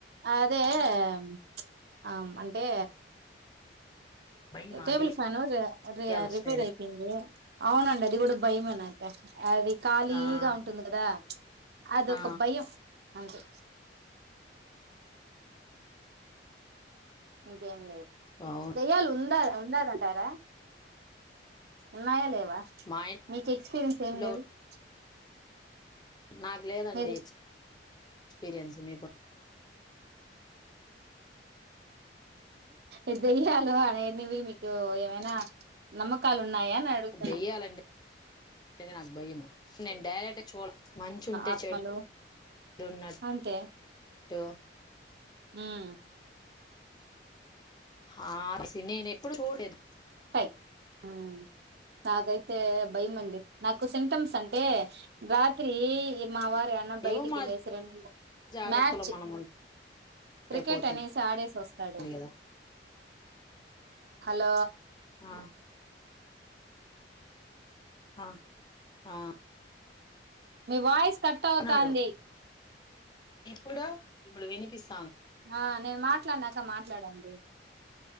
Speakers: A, on the right (about 60°); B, on the left (about 25°).
A: అదే ప్చ్ ఆమ్ అంటే
B: భయం
A: టేబుల్
B: అదే
A: ఫ్యాను ర రి
B: దెయ్యాలు వస్తాయని
A: రిపేర్ అయిపోయింది అవునండి అది కూడా భయం అనక అది ఖాళీగా
B: ఆ
A: ఉంటుంది కదా అదోక
B: ఆ
A: భయం అంతే ఇంకేం లేదు
B: అవునా
A: దయ్యల్ ఉందా ఉందారంటారా ఉన్నాయా లేవ
B: మా
A: మీకు ఎక్స్పీరియన్స్
B: ఇంట్లో
A: ఏం లేదు <unintelligible>
B: నాకు లేదండి
A: మీరు
B: ఎక్ ఎక్స్పీరియన్స్ మీకు ఉం
A: ఎద హలో అన్న ఎన్ని మి ఏమైనా నమ్మకాలు ఉన్నాయా అని అడుగుతున్న
B: దెయ్యాలంటే నాకు భయము నేను డైరెక్ట్ చూడు మంచుంటే
A: ఆత్మలు
B: చెడున్నట్టు
A: అంతే
B: టో
A: ఉమ్
B: ఆ సీన్ నేను ఎప్పుడు చూడలేదు
A: హై ఉమ్ నాకైతే భయం అండి నాకు సింటమ్స్ అంటే రాత్రి మావారూ అన్న బయటికివెళ్లేసి
B: ఏమో మా
A: రెండు
B: జాగ్రత్తలో
A: మ్యాచ్
B: మనం ఉంటే
A: క్రికెట్
B: పోతుంది
A: అనేసి ఆడేసి వస్తాడు
B: కదా
A: హలో
B: ఆ ఆ ఆ
A: మీ వాయిస్ కట్ అవుతాంది
B: అన్నాడు ఇప్పుడు ఇప్పుడు వినిపిస్త్
A: ఆ నేను మాట్లాడినాక మాట్లాడండి